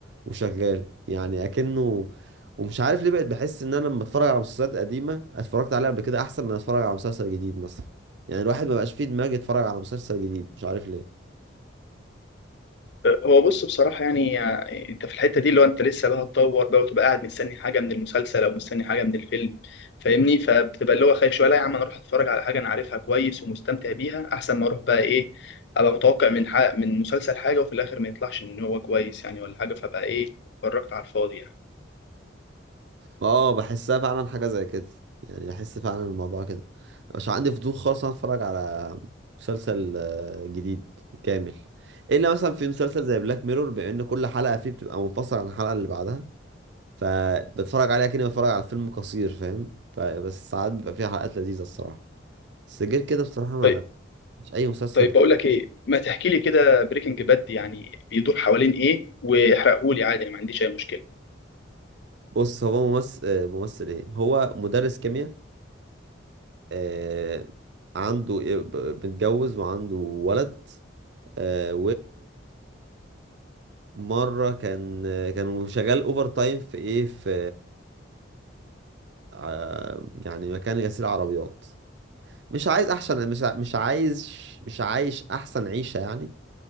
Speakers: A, on the right; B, on the left.
A: وشغال يعني اكنه ومش عارف ليه بقيت بحس ان انا لما اتفرج على مسلسلات قديمة اتفرجت عليها قبل كده احسن من اتفرج على مسلسل جديد مثلا يعني الواحد ما بقاش فيه دماغ يتفرج على مسلسل جديد مش عارف ليه
B: هو بص بصراحة يعني آه، انت في الحتة دي اللي هو انت لسه بقى هتطور بقى وتبقى قاعد مستني حاجة من المسلسل او مستني حاجة من الفيلم فاهمني فبتبقى اللي هو خايف شوية لا يا عم انا اروح اتفرج على حاجة انا عارفها كويس ومستمتع بيها احسن ما اروح بقى ايه ابقى متوقع من حق من مسلسل حاجة وفي الاخر ما يطلعش ان هو كويس يعني ولا حاجة فبقى ايه اتفرجت على الفاضي يعني
A: اه بحسها فعلا حاجة زي كده يعني احس فعلا الموضوع كده مش عندي فضول خالص إن أنا اتفرج على مسلسل آه، جديد كامل الا مثلا في مسلسل زي بلاك ميرور بما ان كل حلقة فيه بتبقى منفصلة عن الحلقة اللي بعدها فبتفرج عليها كأني بتفرج على فيلم قصير فاهم فبس ساعات بيبقى فيها حلقات لذيذة الصراحة بس غير كده بصراحة ما
B: طيب
A: مش اي مسلسل
B: طيب بقول لك ايه ما تحكي لي كده بريكنج باد يعني بيدور حوالين ايه واحرقهولي عادي انا ما عنديش اي مشكلة
A: بص هو ممثل آه، ممثل ايه هو مدرس كيمياء آه، عنده إيه- ب- متجوز وعنده ولد آه، ومرة كان كان شغال اوفر تايم في ايه في آه، يعني مكان غسيل عربيات مش عايز احسن مش ع- مش عايز مش عايش احسن عيشة يعني